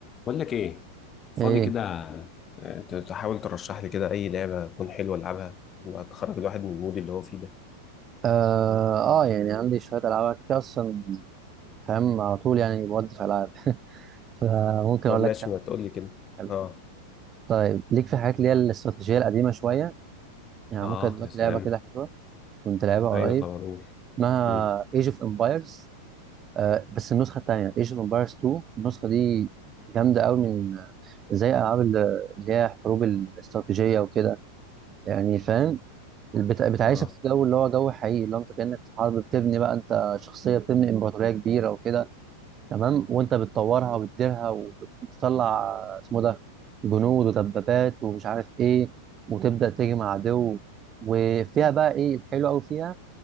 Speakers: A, on the left; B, on the right.
A: بقول لك ايه فاضي
B: ايه
A: كده آه، ت- تحاول ترشح لي كده اي لعبه تكون حلوه العبها تخرج الواحد من المود اللي هو فيه ده
B: اه, آه يعني عندي شويه العاب كده كده اصلا فاهم على طول يعني بودي في العاب <laughs> فممكن
A: طب
B: اقول
A: ماشي
B: لك كام
A: ما تقول لي كده
B: حلو
A: اه
B: طيب ليك في حاجات اللي هي الاستراتيجيه القديمه شويه يعني
A: اه
B: ممكن اقول لك
A: يا سلام
B: لعبه كده حلوه كنت لعبها قريب
A: ايوه طبعا قول
B: اسمها
A: مم.
B: ايج اوف امبايرز بس النسخه الثانيه ايج اوف امبايرز 2 النسخه دي جامده قوي من زي العاب اللي اللي هي حروب الاستراتيجيه وكده يعني فاهم بت- بتعيشك
A: اه
B: في جو اللي هو جو حقيقي اللي هو انت كأنك في حرب بتبني بقى انت شخصية بتبني امبراطورية كبيرة وكده تمام وانت بتطورها وبتديرها وتطلع اسمه ده جنود ودبابات ومش عارف ايه وتبدأ تجمع عدو وفيها بقى ايه الحلو قوي فيها